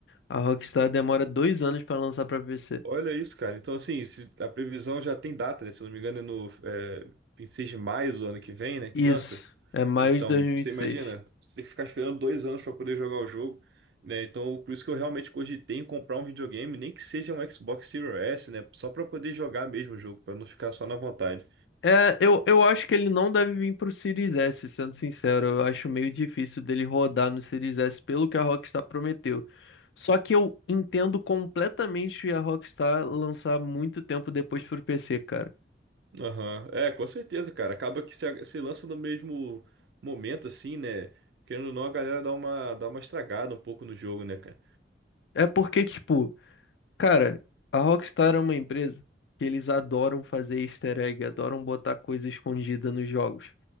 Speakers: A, on the left; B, on the right.
A: A Rockstar demora dois anos pra lançar pra PC.
B: Olha isso, cara. Então, assim, se- a previsão já tem data, né? Se eu não me engano, é no é, 26 de maio do ano que vem, né, que
A: Isso.
B: lança.
A: É maio
B: Então,
A: de dois mil
B: você
A: e vinte
B: imagina,
A: e seis
B: você tem que ficar esperando dois anos para poder jogar o jogo, né? Então, por isso que eu realmente cogitei em comprar um videogame, nem que seja um Xbox Series S, né? Só para poder jogar mesmo o jogo, para não ficar só na vontade.
A: É, eu, eu acho que ele não deve vir pro Series S, sendo sincero. Eu acho meio difícil dele rodar no Series S pelo que a Rockstar prometeu. Só que eu entendo completamente a Rockstar lançar muito tempo depois pro PC, cara.
B: Aham, É, com certeza, cara. Acaba que se, se lança no mesmo momento, assim, né? Querendo ou não, a galera dá uma, dá uma estragada um pouco no jogo, né, cara?
A: É porque, tipo, cara, a Rockstar é uma empresa que eles adoram fazer easter egg, adoram botar coisa escondida nos jogos.